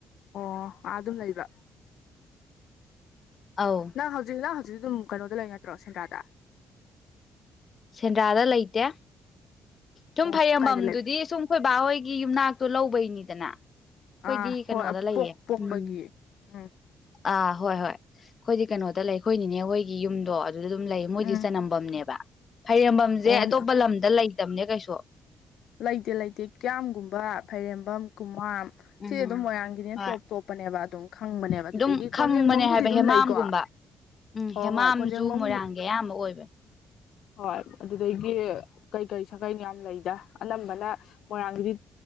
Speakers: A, on the left (about 75°); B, on the left (about 40°).
A: ꯑꯣ ꯑꯗꯨ ꯂꯩꯕ
B: ꯑꯥꯎ
A: ꯅꯪ ꯍꯧꯖꯤꯛ ꯅꯪ ꯍꯧꯖꯤꯛ ꯑꯗꯨꯝ ꯀꯩꯅꯣꯗ ꯂꯩ ꯅꯠꯇ꯭ꯔꯣ ꯁꯦꯟꯗ꯭ꯔꯥꯗ
B: ꯁꯦꯟꯗ꯭ꯔꯥꯗ ꯂꯩꯇꯦ ꯁꯨꯝ
A: ꯑꯣ
B: ꯐꯔꯦꯝꯕꯝꯗꯨꯗꯤ
A: ꯀꯥꯏꯗ ꯂꯩꯕ
B: ꯁꯨꯝ ꯈꯣꯏꯕꯥ ꯍꯣꯏꯒꯤ ꯌꯨꯝꯅꯥꯛꯇꯣ ꯂꯧꯕꯩꯅꯤꯗꯅ ꯑꯩꯈꯣꯏꯗꯤ
A: ꯑꯥ
B: ꯀꯩꯅꯣꯗ
A: ꯍꯣꯏ
B: ꯂꯩꯌꯦ
A: ꯄꯣꯛ ꯄꯣꯛꯄꯒꯤ
B: ꯎꯝ
A: ꯎꯝ
B: ꯑꯥ ꯍꯣꯏ ꯍꯣꯏ ꯑꯩꯈꯣꯏꯗꯤ ꯀꯩꯅꯣꯗ ꯂꯩꯈꯣꯏꯅꯤꯅꯦ ꯍꯣꯏꯒꯤ ꯌꯨꯝꯗꯣ ꯑꯗꯨꯗ ꯑꯗꯨꯝ ꯂꯩ ꯃꯣꯏꯗꯤ
A: ꯎꯝ
B: ꯆꯅꯝꯐꯝꯝꯅꯦꯕ ꯐꯩꯔꯦꯝꯕꯝꯁꯦ
A: ꯑꯣ
B: ꯑꯇꯣꯞꯄ ꯂꯝꯗ ꯂꯩꯇꯕꯅꯦ ꯀꯩꯁꯨ
A: ꯂꯩꯇꯦ ꯂꯩꯇꯦ ꯀꯌꯥꯝꯒꯨꯝꯕ ꯐꯩꯔꯦꯝꯕꯝ ꯀꯨꯃꯥꯝ ꯁꯤꯗꯤ
B: ꯎꯝ
A: ꯑꯗꯨꯝ ꯃꯣꯏꯔꯥꯡꯒꯤꯅꯦ
B: ꯍꯣꯏ
A: ꯇꯣꯞ ꯇꯣꯞ ꯊꯣꯛꯄꯅꯦꯕ ꯑꯗꯨꯝ ꯈꯪꯕꯅꯦꯕ ꯑꯗꯨꯗꯒꯤ
B: ꯑꯗꯨꯝ ꯈꯪꯕꯅꯦ
A: ꯀꯣꯟꯖꯦꯡꯐꯝꯕꯨꯗꯤ
B: ꯍꯥꯏꯕ
A: ꯑꯗꯨꯝ
B: ꯍꯦꯃꯥꯝꯒꯨꯝꯕ
A: ꯂꯩꯀꯣ
B: ꯎꯝ
A: ꯍꯣꯏ
B: ꯍꯦꯃꯥꯝꯁꯨ
A: ꯍꯣꯏ ꯀꯣꯟꯖꯦꯡꯕꯝ
B: ꯃꯣꯏꯔꯥꯡꯒꯤ ꯑꯌꯥꯝꯕ ꯑꯣꯏꯕꯅꯦ
A: ꯍꯣꯏ ꯑꯗꯨꯗꯒꯤ ꯀꯩꯀꯔꯤ ꯁꯥꯀꯩꯅꯤ ꯌꯥꯝ ꯂꯩꯗ ꯑꯅꯝꯕꯅ ꯃꯣꯏꯔꯥꯡꯒꯤꯗꯤ